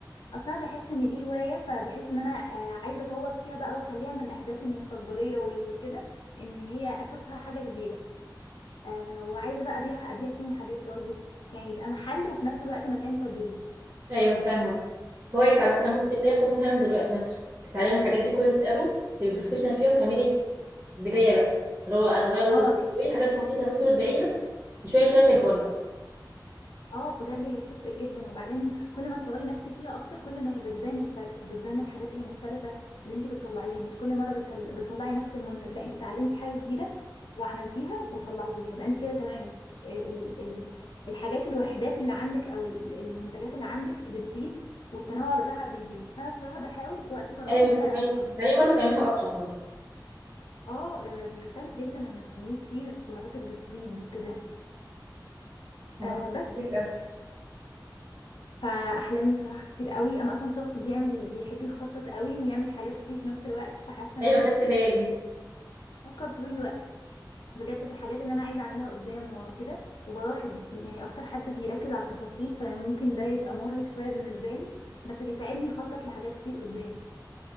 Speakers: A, on the left; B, on the right.
A: اصلا بحس ان دي هوايه فبحس ان انا آه، عايزه اطور فيها بقى واخليها من اهدافي المستقبليه والكده ان هي اشوفها حاجه كبيره آه وعايزه بقى ابيع ابيع فيهم حاجات برضو يعني يبقى محل وفي نفس الوقت مكان تدريب
B: أيوه فاهمة كويس على فكرة
A: بس
B: ممكن تبداي خطوة فيها من دلوقتي مثلا تتعلمي الحاجات دي كويس قوي تبقي بروفيشنال فيها وتعملي بداية بقى اللي هو أشغال
A: اه
B: بتبيعي حاجات بسيطة بس وتبيعيها شوية شوية تكبر بقى
A: اه بجد هي بتفرق جدا وبعدين كل ما تطوري نفسك فيها اكتر كل ما هي بتبان الفرق وبتبان الحاجات المختلفه اللي انت بتطلعيها مش كل مره بتل... بتطلعي نفس المنتج لا انت اتعلمتي حاجه جديده وعملتيها وطلعتيها يبقى انت كده تمام ال... ال... الحاجات الوحدات اللي عندك او ال- المنتجات اللي عندك بتزيد والتنوع بتاعها بيزيد فانا بصراحه بحاول في وقت فراغي
B: أيوة
A: ان
B: بتتعلمي
A: انا
B: بتتعلمي برضه تعمليها أسرع برضه
A: اه آه، بيختلف جدا لما بتعمليه كتير سرعتك بتزيد وكده
B: خلاص،
A: آه بس
B: كويس أوي
A: فاحلامي بصراحه كتير قوي انا اصلا شخص بيعمل بيحب يخطط قوي ويعمل حاجات كتير في نفس الوقت فحاسه اني
B: أيوة خدت بالي
A: بفكر طول الوقت بجد في الحاجات اللي انا عايزه اعملها قدام وكده وبلاحظ يعني اكتر حد بيركز على التفاصيل فممكن ده يبقى مرهق شويه بالنسبه لي بس بيساعدني اخطط لحاجات كتير قدام